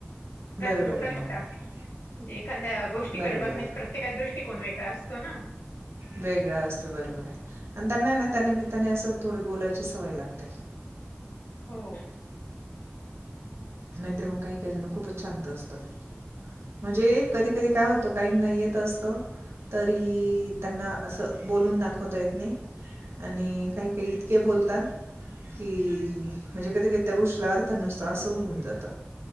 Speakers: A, on the left; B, on the right.
A: राहत,
B: बरोबर
A: म्हणजे
B: आहे ना मॅडम
A: एखांद गोष्टीकडे
B: बरोबर
A: बघण्याचा
B: आहे ना
A: प्रत्येकाचा दृष्टिको वेगळा असतो ना.
B: वेगळा असतो बरोबर आहे. आणि त्यांना ना त्यानिमित्ताने अस थोडी बोलायची सवय लागते.
A: हो
B: नाहीतर मग काही काही जण खूपच शांत असतात. म्हणजे कधी कधी काय होत, काहींना येत असत. तरी त्यांना अस बोलून दाखवता येत नाही. आणि काही काही इतके बोलतात. कि म्हणजे कधी कधी त्या गोष्टीला अर्थ नसतो अस होऊन जात.